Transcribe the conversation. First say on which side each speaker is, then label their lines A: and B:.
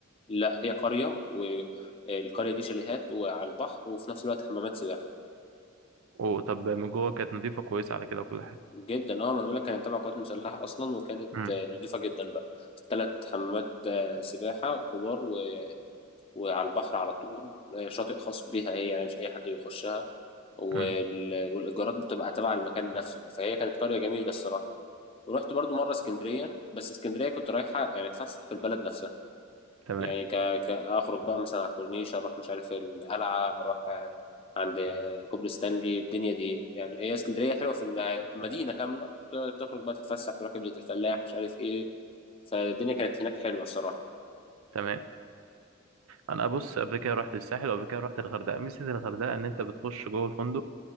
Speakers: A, on the left; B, on the right.
A: لا هي قرية والقرية دي شاليهات وعلى البحر وفي نفس الوقت حمامات سباحة
B: وطب من جوه كانت نظيفه كويسه على كده وكل حاجه
A: جدا اه ما انا بقول لك كانت تبع القوات المسلحة اصلا وكانت
B: امم
A: آه، نضيفة جدا بقى ثلاث حمامات آه، سباحة كبار و... وعلى البحر على طول آه، شاطئ خاص بيها هي يعني مش اي حد بيخشها وال...
B: امم
A: والايجارات بتبقى تبع المكان نفسه يعني فهي كانت قرية جميلة الصراحة ورحت برضو مرة اسكندرية بس اسكندرية كنت رايحة يعني اتفسح في البلد نفسها
B: تمام
A: يعني ك... ك... اخرج بقى مثلا على الكورنيش اروح مش عارف القلعه اروح آه، عند آه، كوبري ستانلي الدنيا دي يعني هي اسكندريه حلوه في انها مدينه كامله ت- تخرج بقى تتفسح تروح كبده الفلاح مش عارف ايه فالدنيا كانت هناك حلوه الصراحه
B: تمام انا بص قبل كده رحت الساحل وقبل كده رحت الغردقه ميزه الغردقه ان انت بتخش جوه الفندق